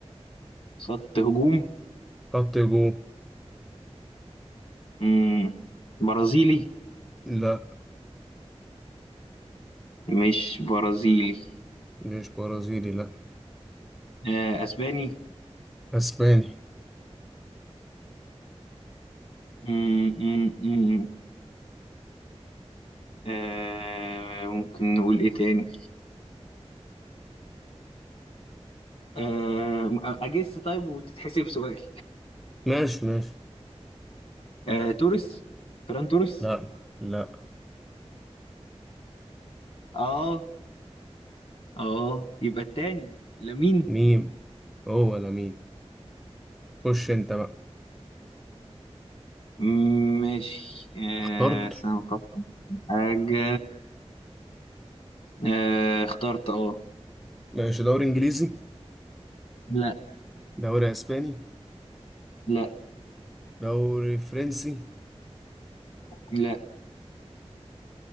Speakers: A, on the left; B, in the centre.
A: خط هجوم
B: خط هجوم
A: مم. برازيلي
B: لا
A: مش برازيلي
B: مش برازيلي لا
A: آه اسباني
B: اسباني
A: مم. مم. مم. آه ممكن نقول ايه تاني آه اجس طيب وتتحسب سؤال
B: ماشي ماشي
A: آه توريس فران توريس
B: لا لا
A: اه اه يبقى التاني لامين
B: ميم هو ولا مين؟ خش انت بقى
A: مم، ماشي آه
B: اخترت
A: استنى أفكر. في حاجة آه اخترت اه
B: ماشي دوري انجليزي
A: لا
B: دوري اسباني
A: لا
B: دوري فرنسي
A: لا